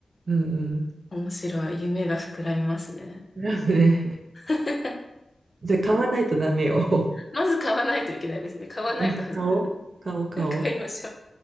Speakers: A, on the right; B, on the left.
A: うんうん。
B: 面白い。夢が膨らみますね。
A: クラブね。
B: <laughs>
A: じゃあ買わないとダメよ。
B: まず買わないといけないですね。買わないと始まらない。
A: <laughs> うん買おう。<laughs> 買おう、買おう。
B: <laughs> 買いましょう。